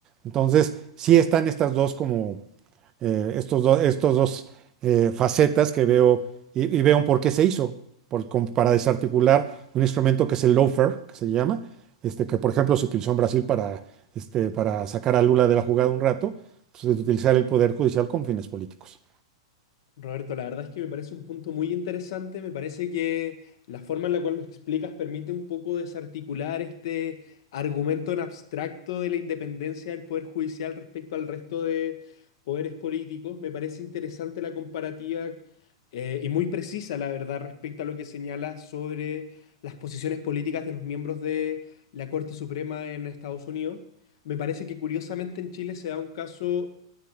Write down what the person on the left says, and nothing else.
Roberto, la verdad es que me parece un punto muy interesante. Me parece que la forma en la cual lo explicas permite un poco desarticular este argumento en abstracto de la independencia del Poder Judicial respecto al resto de poderes políticos. Me parece interesante la comparativa eh, y muy precisa, la verdad, respecto a lo que señalas sobre las posiciones políticas de los miembros de la Corte Suprema en Estados Unidos. Me parece que curiosamente en Chile se da un caso